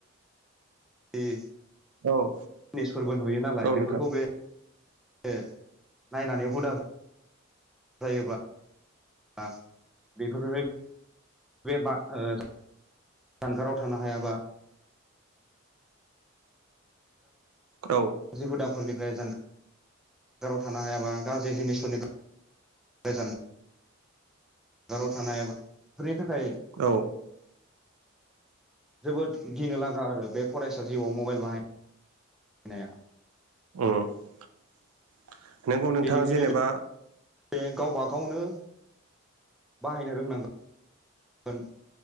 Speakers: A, in the centre; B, on the right (about 80°).
A: गाज्रि जिनिसफोरबो
B: औ
A: नुयो नालाय
B: औ
A: बेफोरखौ
B: नोंथां
A: बे ओ नायनानै हुदा जायोबा बा बेफोर बे बबा ओ <unintelligible> जानगाराव थानो हायाबा?
B: औ
A: गाज्रि हुदाफोरनिफ्राय जान जानगाराव थानो हायाबा गाज्रि जिनिसफोरनि गोजान जानगाराव थानाय बेफोरनि थाखाय <unintelligible>
B: औ
A: जोबोद गिनो लागा आरो बे फरायसा जिउआव मबाइल <unintelligible> बाहायनाया
B: उम नंगौ नोंथां
A: बेनिखायनो
B: जेनेबा
A: बे गावबा गावनो बाहायनो रोंनांगोन। रोंनांगोन